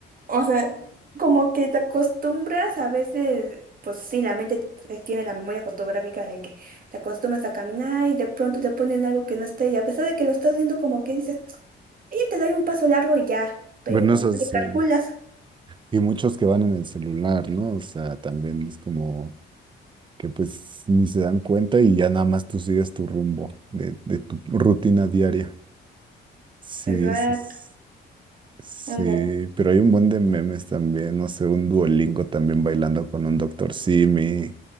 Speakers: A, on the right (about 45°); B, on the right (about 25°).
A: O sea, como que te acostumbras a veces, pues sí, la mente t- tiene la memoria fotográfica de que te acostumbras a caminar y de pronto te ponen algo que no esté y a pesar de que lo estás viendo como que dices, oye, te doy un paso largo y ya, pero
B: Bueno, eso
A: no te
B: sí.
A: calculas.
B: Y muchos que van en el celular, ¿no? O sea, también es como que pues ni se dan cuenta y ya nada más tú sigues tu rumbo de, de tu rutina diaria. Sí,
A: Exacto,
B: sí, s- sí.
A: ándale.
B: Pero hay un buen de memes también, no sé, un Duolingo también bailando con un Doctor Simi.